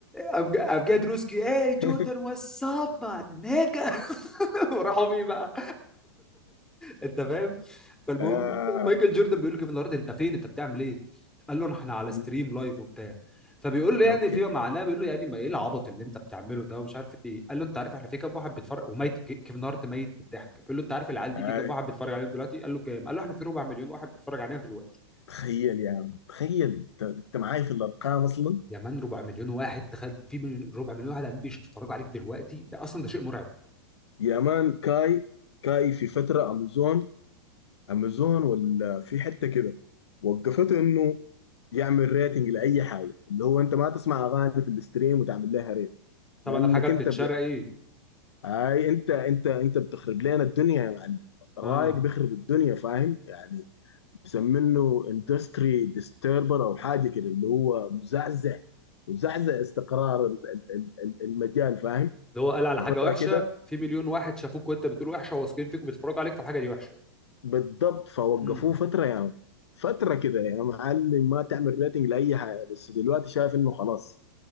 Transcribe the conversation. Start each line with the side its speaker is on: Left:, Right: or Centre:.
Centre: قام جا- قام جاي دروسكي ايه جوردن
Left: <laughs>
Centre: واتساب ما نجا <laughs> وراحوا فيه بقى انت فاهم فالمهم
Left: آه.
Centre: مايكل جوردن بيقول له كيفن هارت انت فين انت بتعمل ايه قال له احنا على
Left: مم.
Centre: ستريم لايف وبتاع فبيقول له يعني
Left: اوكي
Centre: فيما معناه بيقول له يعني ما ايه العبط اللي انت بتعمله ده ومش عارف ايه قال له انت عارف احنا في كام واحد بيتفرج وميت ك- كيفن هارت ميت من الضحك بيقول له انت عارف العيال دي
Left: آه.
Centre: في كام واحد بيتفرج عليهم دلوقتي قال له كام قال له احنا في ربع مليون واحد بيتفرج علينا دلوقتي
Left: تخيل يا عم تخيل انت أنت معاي في الارقام اصلا
Centre: يا مان ربع مليون واحد دخلت في من- ربع مليون واحد قاعدين بيتفرجوا عليك دلوقتي ده اصلا ده شيء مرعب
Left: يا مان كاي كاي في فتره امازون امازون ولا في حته كده وقفته انه يعمل ريتنج لاي حاجه اللي هو انت ما تسمع اغاني في الاستريم وتعمل لها ريت
Centre: طبعا
Left: لانك
Centre: الحاجه بتتشرق
Left: انت
Centre: ايه
Left: اي انت انت انت بتخرب لنا الدنيا يا معلم الرايق
Centre: اه
Left: بيخرب الدنيا فاهم يعني مسمينه اندستري ديستربر او حاجه كده اللي هو مزعزع مزعزع استقرار ال- ال- ال- المجال فاهم
Centre: اللي هو قال على
Left: ففتره
Centre: حاجه وحشه
Left: كده
Centre: في مليون واحد شافوك وانت بتقول وحشه وواثقين فيك وبيتفرجوا عليك فالحاجه دي وحشه
Left: بالضبط فوقفوه
Centre: امم
Left: فتره يا يعني فتره كده يا معلم ما تعمل ريتنج لاي حاجه بس دلوقتي شايف انه خلاص